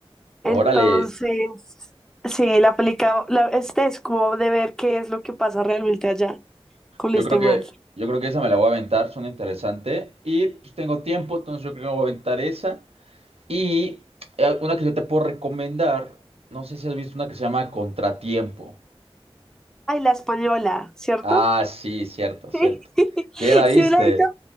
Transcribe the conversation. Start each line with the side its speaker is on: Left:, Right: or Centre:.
Right: Órale,
Centre: Entonces, sí, la película, la, este es como de ver qué es lo que pasa realmente allá con
Right: yo
Centre: este
Right: creo que,
Centre: man.
Right: yo creo que esa me la voy a aventar, suena interesante. Y pues tengo tiempo, entonces yo creo que me voy a aventar esa. Y eh, una que yo te puedo recomendar, no sé si has visto una que se llama Contratiempo.
Centre: Ay, la española, ¿cierto?
Right: Ah, sí, cierto, cierto.
Centre: <laughs>
Right: Sí, ya la viste.
Centre: Sí, me la he visto.